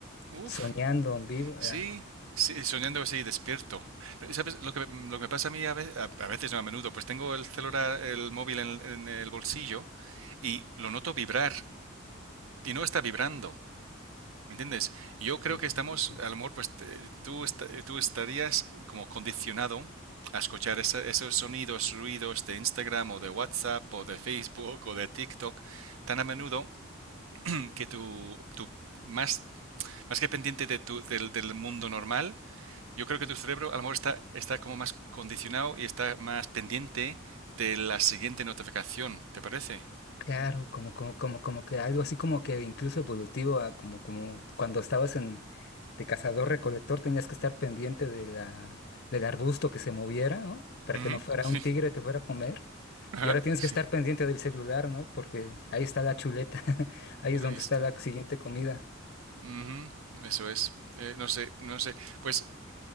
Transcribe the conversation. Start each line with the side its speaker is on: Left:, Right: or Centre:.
Right: Uf,
Left: soñando en vivo.
Right: sí,
Left: ya.
Right: sí, soñando así, despierto. Eh, ¿Sabes lo que, lo que me pasa a mí a, ve- a- a veces, no a menudo? Pues tengo el celular, el móvil en, en el bolsillo y lo noto vibrar y no está vibrando. ¿Entiendes? Yo creo
Left: Sí,
Right: que estamos,
Left: sí, sí.
Right: a lo mejor, pues eh, tú, esta- eh, tú estarías como condicionado a escuchar esa- esos sonidos, ruidos de Instagram o de WhatsApp o de Facebook o de TikTok tan a menudo <clears throat> que tu, tu más, más que pendiente de tu, del, del mundo normal, yo creo que tu cerebro a lo mejor está, está como más condicionado y está más pendiente de la siguiente notificación, ¿te parece?
Left: Claro, como, como, como, como que algo así como que incluso evolutivo, a como, como cuando estabas en de cazador-recolector tenías que estar pendiente de la, del arbusto que se moviera, ¿no? Para
Right: Ujú,
Left: que no fuera
Right: Sí.
Left: un tigre te fuera a comer.
Right: <laughs>
Left: Y ahora tienes
Right: sí.
Left: que estar pendiente del celular, ¿no? Porque ahí está la chuleta, <laughs> ahí es donde
Right: Ahí está.
Left: está la siguiente comida.
Right: Ujú, Eso es. Eh, no sé, no sé. Pues